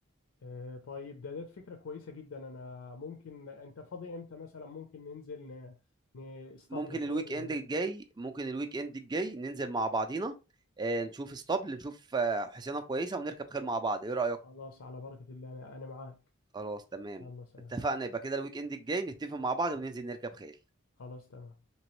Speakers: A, on the left; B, on the right.
A: آه، طيب ده ده فكرة كويسة جدا انا ممكن انت فاضي امتى مثلا ممكن ننزل ن- نصطاد
B: ممكن
A: بخير
B: الويك
A: ون...
B: اند الجاي ممكن الويك اند الجاي ننزل مع بعضينا آه، نشوف اسطبل نشوف آه، حصينه كويسه ونركب خيل مع بعض ايه رايك
A: خلاص على بركة الله انا أنا معاك
B: خلاص تمام
A: الله سلام
B: اتفقنا يبقى كده الويك اند الجاي نتفق مع بعض وننزل نركب خيل
A: خلاص تمام